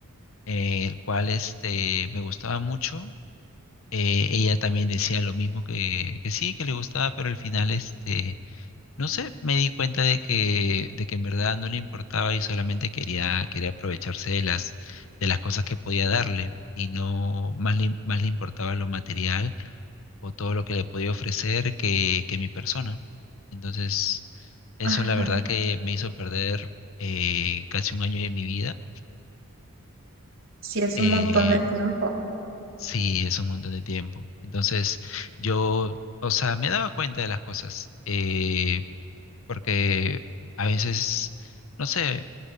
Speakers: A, on the left; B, on the right.
A: eh, el cual este me gustaba mucho. Eh, ella también decía lo mismo que, que sí, que le gustaba, pero al final este no sé, me di cuenta de que, de que en verdad no le importaba y solamente quería, quería aprovecharse de las, de las cosas que podía darle y no más le, más le importaba lo material o todo lo que le podía ofrecer que, que mi persona. Entonces, eso
B: ajá,
A: la verdad que me hizo perder eh, casi un año de mi vida.
B: sí es
A: Eh,
B: un montón de tiempo.
A: sí, es un montón de tiempo. Entonces, yo, o sea, me daba cuenta de las cosas eh, porque a veces... No sé,